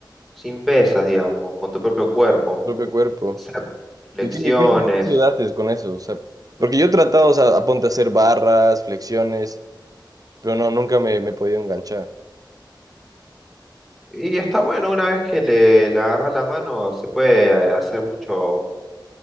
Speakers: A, in the centre; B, on the right.
A: sin pesas, digamos, con tu propio cuerpo,
B: tu propio cuerpo.
A: hacer flexiones.
B: ¿Y qué, qué ejercicio haces con eso? O sea, porque yo he tratado, o sea, aponte a hacer barras, flexiones. Pero no, nunca me, me he podido enganchar.
A: Y está bueno, una vez que le, le agarras la mano, se puede eh, hacer mucho,